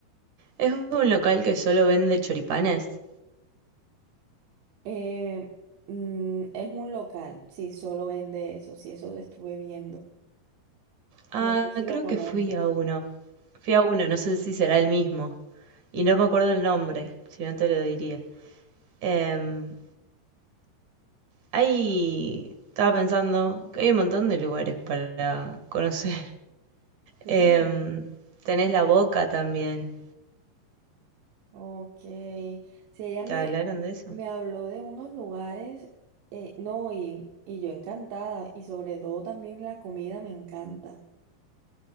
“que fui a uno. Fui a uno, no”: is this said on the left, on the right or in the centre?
Right